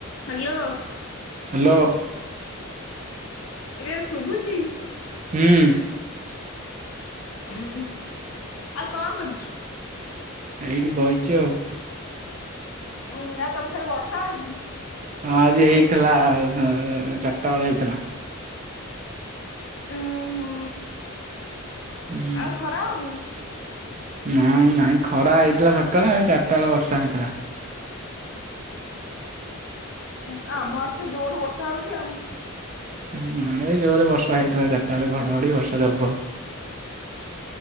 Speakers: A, on the left (about 65°); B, on the right (about 35°).
A: Hello
B: hello
A: ଇବେ ଶୁଭୁଛିି?
B: ହୁଁ
A: ଉୁଁ ଆଉ କଣ କରୁଛୁ?
B: ଏଇଠି ବଇଛି ଆଉ।
A: ହଁ ନା ତମ ସାଡ଼େ ବର୍ଷା ହଉଛି?
B: ହଁ ଆଜି ହେଇଥିଲା ସ ଚାରିଟା ବେଳେ ହେଇଥିଲା।
A: ଉଁ ହୁଁ
B: ହୁଁ
A: ଆଉ ଖରା ହଉନି?
B: ନାଇଁ ନାଇ ଖରା ହେଇଥିଲା ସକାଳେ ଚାରିଟା ବେଳେ ବର୍ଷା ହେଇଥିଲା।
A: ହ ଆମ ଆଡ ତ ଜୋର ବର୍ଷା ହଉଛି ଆଉ।
B: ହୁଁ ଆଡ଼େ ଜୋରେ ବର୍ଷା ହେଇଥିଲା ଏଗାର ଟା ବେଳେ ଘଡଘଡି ବର୍ଷା ଯବର